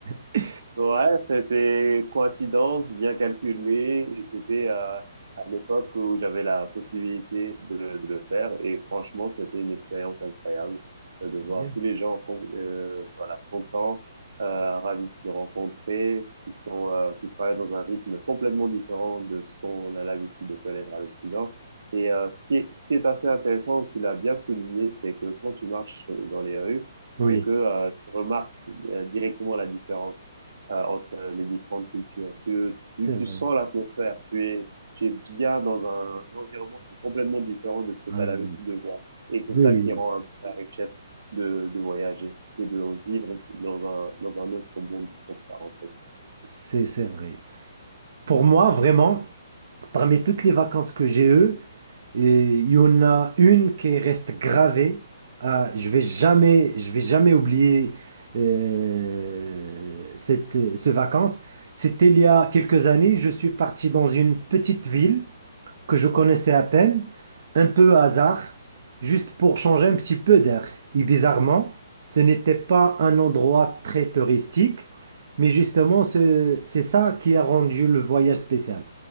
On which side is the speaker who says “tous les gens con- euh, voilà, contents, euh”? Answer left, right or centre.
Right